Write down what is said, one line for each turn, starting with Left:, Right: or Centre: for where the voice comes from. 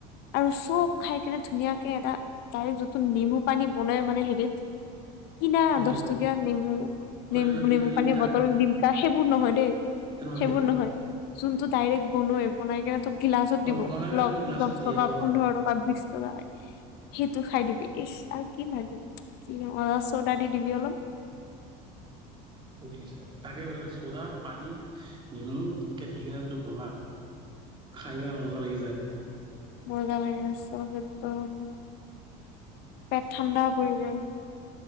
Left: আৰু চব খাই কেনে ধুনীয়াকে এটা, ডাইৰেক্ট যিটো নেমু পানী বনাই মানে হেৰিত কিনা
Right: কিন্তু
Left: দছ টকীয়া নেমু,
Right: হৈ
Left: নেম
Right: গ'ল
Left: নেমু
Right: লিমকা
Left: পানীৰ বটল লিমকা, সেইবোৰ নহয় দেই।
Right: তেনেহ'লে
Left: সেইবোৰ নহয়। জোনটো ডাইৰেক বনোৱা <unintelligible> তোক গিলাচত
Right: অ
Left: দিব,
Right: বনাই
Left: লক
Right: যোনটো গ্লাছত
Left: দছ
Right: দিয়ে
Left: টকা,
Right: অ
Left: পোন্ধৰ টকা, বিছ ট <unintelligible> সেইটো খাই দিবি, ইচ আৰু কি লাগে? <unintelligible> চৌদা দি দিবি অলপ।
Right: <inaudible> <unintelligible> চৌদা পানী নেমু দি‌ কে, দি কেনে জোনটো বনাই খাই কেনে মজা লাগি যায়!
Left: <inaudible> পন পেট ঠাণ্ডা পৰি যায়।